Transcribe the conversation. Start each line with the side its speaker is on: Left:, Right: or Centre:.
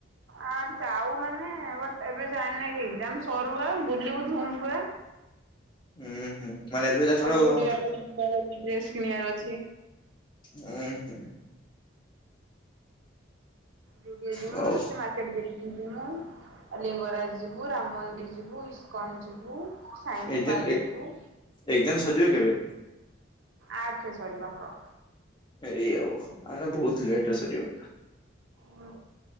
Right: ଆ ଯାଉ ମାନେ ବଟ୍ ଏବେ ଯାଇନେଇ କି ଯା ସରୁଆ ବୁଲିବୁ ଧୁମ୍ପୁରା।
Left: ହୁଁ ହୁଁ ମାନେ ଏବେ ଚାରିଟା
Right: <unintelligible>
Left: ବେଳେ
Right: ବି ଯିବାର
Left: ହଷ୍ଟେଲ
Right: ଅଛି, ଡ୍ରେସ କିଣିବାର ଅଛି।
Left: ହୁଁ ହୁଁ।
Right: ଯୁଡିଓ ଯିବ
Left: ହଉ
Right: ସେ ମାର୍କେଟ୍ ଦେଇ ଯିବ ଲିଙ୍ଗରାଜ୍ ଯିବୁ ରାମ ମନ୍ଦିର ଯିବୁ ଇସ୍କନ ଯି ବୁ ସାଇନ୍ସ
Left: ଏକ୍ଜାମ୍
Right: ପାର୍କ ଯିବୁ।
Left: ଏକ୍ଜାମ ସରିବ କେବେ
Right: ଆଠ ରେ ସରିବ ଆମର।
Left: ଏଇ ଆଉ ଆମର ବହୁତ୍ ଲେଟ୍ରେ ସରିବ।
Right: ହୁଁ